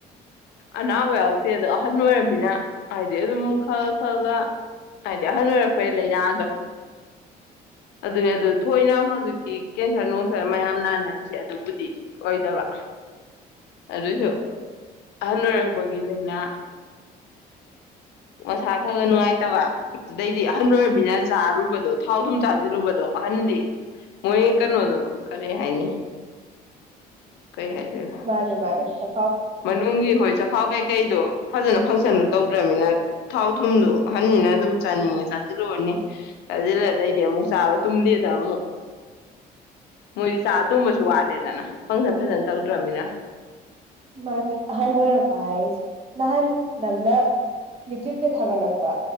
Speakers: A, on the left (about 80°); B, on the right (about 35°).
A: ꯑꯅꯥꯕ ꯌꯥꯎꯗꯦ ꯑꯗꯣ ꯑꯍꯟ ꯑꯣꯏꯔꯕꯝꯃꯤꯅ ꯍꯥꯏꯕꯗꯤ ꯑꯗꯨꯝ ꯈ ꯈ ꯈ ꯍꯥꯏꯗꯤ ꯑꯍꯟ ꯑꯣꯏꯔꯛꯄꯩ ꯂꯥꯏꯅꯥꯗꯣ ꯑꯗꯨꯅꯤ ꯑꯗꯨ ꯊꯣꯏꯅ ꯍꯧꯖꯤꯛꯀꯤ ꯀꯦꯟꯁꯔ ꯅꯨꯡꯁꯔ ꯃꯌꯥꯝ ꯅꯥꯟꯅꯔꯤꯁꯦ ꯑꯗꯨꯕꯨꯗꯤ ꯑꯣꯏꯗꯕ ꯑꯗꯨꯁꯨ ꯑꯍꯜ ꯑꯣꯏꯔꯛꯄꯒꯤ ꯂꯥꯏꯅꯥ ꯃꯁꯥ ꯈꯔ ꯈ ꯅꯨꯡꯉꯥꯏꯇꯕ ꯑꯗꯩꯗꯤ ꯑꯍꯟ ꯑꯣꯏꯔꯕꯃꯤꯅ ꯆꯥꯔꯨꯕꯗꯣ ꯊꯥꯎ ꯊꯨꯝ ꯆꯥꯁꯤꯜꯂꯨꯕꯗꯣ ꯑꯍꯟꯗꯤ ꯃꯣꯏ ꯀꯩꯅꯣꯗꯣ ꯀꯔꯤ ꯍꯥꯏꯅꯤ ꯀꯩ ꯍꯥꯏꯗꯣꯏꯅꯣ
B: ꯃꯥꯅꯤ ꯃꯥꯅꯤ ꯆ
A: ꯃꯅꯨꯡꯒꯤ ꯍꯣꯏ ꯆꯈꯥꯎ ꯀꯩꯀꯩꯗꯣ ꯐꯖꯅ ꯐꯪꯁꯟꯗꯨ ꯇꯧꯗ꯭ꯔꯅꯤꯅ ꯊꯥꯎ ꯊꯨꯝꯗꯨ ꯑꯍꯟꯅꯤꯅ ꯑꯗꯨꯝ ꯆꯥꯅꯤꯡꯉꯦ ꯆꯥꯁꯤꯜꯂꯨꯔꯅꯤ ꯆꯥꯁꯤꯜꯂꯗꯩꯗꯤ ꯑꯃꯨꯛ ꯆꯥꯕ ꯇꯨꯝꯗꯦꯗ ꯑꯃꯨꯛ ꯃꯣꯏꯗꯤ ꯆꯥ ꯇꯨꯝꯕꯁꯨ ꯋꯥꯠꯂꯦꯗꯅ ꯐꯪꯁꯟ ꯐꯖꯅ ꯇꯧꯗ꯭ꯔꯕꯅꯤꯅ
B: ꯃꯥꯅꯤ ꯑꯅꯣꯔꯄ ꯍꯥꯏꯁ ꯅꯍꯥꯟ ꯅꯪꯅ ꯌꯨꯇ꯭ꯌꯨꯕꯇ ꯊꯥꯒꯠꯂꯛꯄ